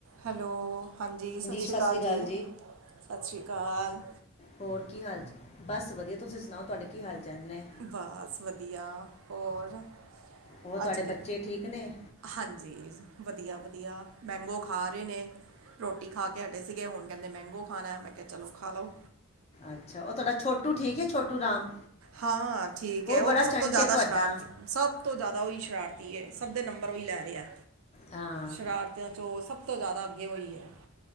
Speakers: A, on the right; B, on the left.
A: Hello, ਹਾਂਜੀ ਸਸ਼
B: ਸਤਿ
A: ਰੀ ਕਾਲ
B: ਸ਼੍ਰੀ ਅਕਾਲ
A: ਜੀ, ਸਸ਼ ਰੀ ਕਾਲ।
B: ਹੋਰ ਕੀ ਹਾਲ ਚ, ਬਸ ਵਧੀਆ, ਤੁਸੀਂ ਸੁਣਾਓ ਤੁਹਾਡੇ ਕੀ ਹਾਲ- ਚਾਲ ਨੇ।
A: ਬਾਸ ਵਧੀਆਂ, ਹੋਰ
B: ਹੋਰ ਤੁਹਾਡੇ
A: ਅੱਜ
B: ਬੱਚੇ
A: ਕਿ
B: ਠੀਕ ਨੇ।
A: ਹਾਂਜੀ, ਵਧੀਆ- ਵਧੀਆ ਮੈਂਗੋ ਖਾ ਰਹੇ ਨੇ। ਰੋਟੀ ਖਾ ਕੇ ਹਟੇ ਸੀਗੇ, ਹੁਣ ਕਹਿੰਦੇ ਮੈਂਗੋ ਖਾਣਾ, ਮੈਂ ਕਿਹਾ ਚਲੋ ਖਾ ਲੋ।
B: ਅੱਛਾ, ਉਹ ਤੁਹਾਡਾ ਛੋਟੂ ਠੀਕ ਐ, ਛੋਟੂ ਰਾਮ।
A: ਹਾਂ, ਠੀਕ ਐ, ਉਹ
B: ਬੜਾ
A: ਤਾਂ ਸਭ
B: ਚੰਟ
A: ਤੋਂ ਜਿਆਦਾ
B: ਹੈ ਤੁਹਾਡਾ
A: ਸ਼ਰਾਰਤੀ ਸਭ ਤੋਂ ਜਿਆਦਾ ਓਹੀ ਸ਼ਰਾਰਤੀ ਏ, ਸਭ ਦੇ ਨੰਬਰ ਓਹੀ ਲੈ ਰਿਐ,
B: ਹਾਂ
A: ਸ਼ਰਾਰ ਬੱਚਿਆਂ ਚੋਂ ਸਭ ਤੋਂ ਜਿਆਦਾ ਅੱਗੇ ਓਹੀ ਐ।